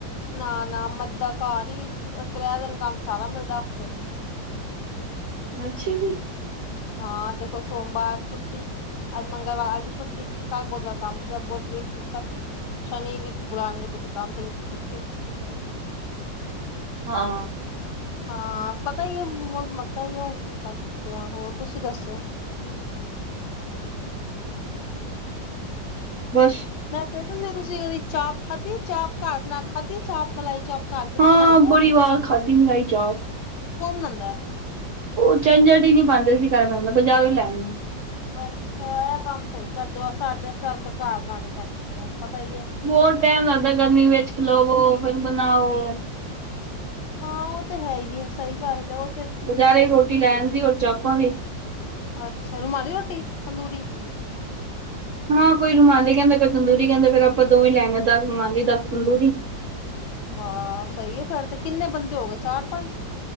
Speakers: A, on the left; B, on the right.
A: ਨਾ-ਨਾ ਮੱਦਾ ਘਾਰ ਈ ਅ ਤ੍ਰੈ ਦਿਨ ਕੰਮ ਸਾਰਾ ਮਿਲਦੈ ਹਫ਼ਤੇ '।
B: ਅੱਛਾ ਜੀ!
A: ਹਾਂ, ਦੇਖੋ ਸੋਮਵਾਰ ਛੁੱਟੀ ਅੱਜ ਮੰਗਲਵਾਰ ਅੱਜ ਵੀ ਛੁੱਟੀ। ਕੱਲ ਬੁੱਧਵਾਰ ਕੰਮ ਤੇ ਬੁੱਧ, ਵੀਰ, ਸ਼ੁੱਕਰ ਸ਼ਨੀ ਵਿਚ ਬੁਲਾਨਗੇ ਤੇ ਤੇ ਕੰਮ ਤੇ ਨਈ ਤੇ ਛੁੱਟੀ।
B: ਹਾਂ।
A: ਹਾਂ ਪਤਾ ਈ ਏ, ਬੋਤ ਮੱਦਾ ਈ ਏ। ਹੁਨ ਕੀ ਕਰ ਸਕਦੇ ਆਂ। ਹੋਰ ਤੁਸੀਂ ਦੱਸੋ?
B: ਬਸ।
A: ਮੈਂ ਕੈਂਦੀ ਸੀ ਏਦੀ ਤੁਸੀਂ ਏਦੀ ਚਾਪ ਖਾਧੀ ਏ ਚਾਪ, ਘਾਰ ਬਨਾ ਕ ਖਾਧੀ ਏ ਚਾਪ, ਮਲਾਈ ਚਾਪ? ਘਰ ਕਦੀ
B: ਹਾਂ,
A: ਬਣਾਈ
B: ਬੜੀ ਵਾਰ ਖਾਧੀ ਮਲਾਈ ਚਾਪ।
A: ਕੋਨ ਬਨਾਂਦੈ?
B: ਓ ਝੰਜਟ ਈ ਨੀ ਪਾਂਦੇ ਅਸੀ ਘਰ ਬਨਾਨ ਦਾ। ਬਾਜਾਰੋਂ ਏ ਲੈਨੇ ਆਂ।
A: ਅੱਛਾ, ਇਹ ਕੰਮ ਸਹੀ ਕਰਦੇ ਹੋ, ਸਾਡੇ ਸਾਨੂੰ ਤਾਂ ਘਾਰ ਲਾਣੀ ਪੈਂਦੀ ਹੈ ਪਤਾ ਏ
B: ਬਹੁਤ ਟਾਈਮ ਲੱਗਦਾ, ਗਰਮੀ ਵਿੱਚ ਖਲਾਵੋ, ਫਿਰ ਬਣਾਓ
A: ਹਾਂ, ਉਹ ਤੇ ਹੈ ਹੀ ਏ, ਸਹੀ ਗੱਲ ਏ ਉਹ ਤੇ
B: ਬਜ਼ਾਰੋ ਈ ਰੋਟੀ ਲੈ ਆਦੀ, ਔਰ ਚਾਪਾਂ ਵੀ
A: ਅੱਛਾ, ਰੁਮਾਲੀ ਰੋਟੀ, ਤੰਦੂਰੀ,
B: ਹਾਂ ਕੋਈ ਰੁਮਾਲੀ ਕਹਿੰਦਾ, ਕੋਈ ਤੰਦੂਰੀ ਕਹਿੰਦਾ, ਫੇਰ ਆਪਾਂ ਦੋਵੇਂ ਲੈ ਆਣੇ, ਦਸ ਰੁਮਾਲੀ ਦਸ ਤੰਦੂਰੀ
A: ਹਾਂ ਸਹੀ ਏ ਫੇਰ, ਤੇ ਕਿੰਨੇ ਬੰਦੇ ਹੋ ਗਏ ਚਾਰ -ਪੰਜ